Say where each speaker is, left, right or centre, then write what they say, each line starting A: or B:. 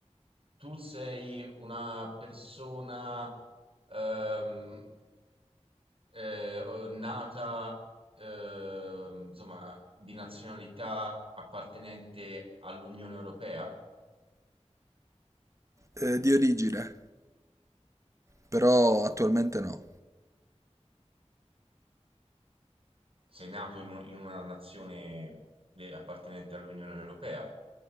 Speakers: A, on the right (about 50°); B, on the right (about 25°).
A: tu sei una persona ehm, eh, nata, ehm, insomma, di nazionalità appartenente all'Unione Europea?
B: Eh, di origine, però attualmente no.
A: Sei nato in, un- in una nazione eh, appartenente all'Unione Europea?